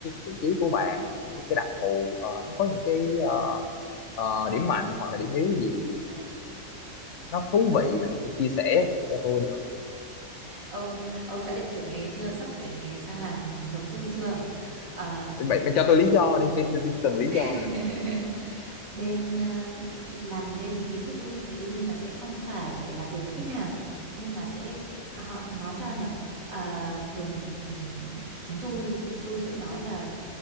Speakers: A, on the left; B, on the right.
A: vị trí của bạn cũng như cái đặc thù ờ, nó có những cái ờ, ờ, điểm mạnh hoặc là điểm yếu gì mà, ừm, nó thú vị bạn có thể chia sẻ cho tôi được
B: ông ông đã định chuyển nghề chưa sắp chuyển nghề sang làm giống tôi chưa Ờ,
A: bạn, bạn cho tôi lý do đi chứ tôi chỉ cần lý do
B: <laughs> bên ờ, làm bên phía của tôi thì đương nhiên là sẽ không phải làm việc với khách hàng nhưng mà sẽ họ nói sao nhỉ Ờ, thường thì kỳ- chúng tôi chúng tôi sẽ nói là